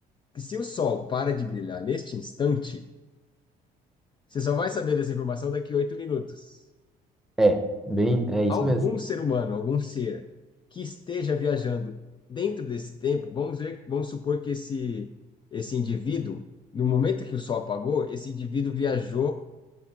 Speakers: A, on the left; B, in the centre.
A: que se o sol para de brilhar neste instante, você só vai saber dessa informação daqui a oito minutos.
B: É, bem, é isso
A: algum
B: mesmo.
A: ser humano, algum ser que esteja viajando dentro desse tempo, vamos ver, vamos supor que esse esse indivíduo, no momento que o sol apagou, esse indivíduo viajou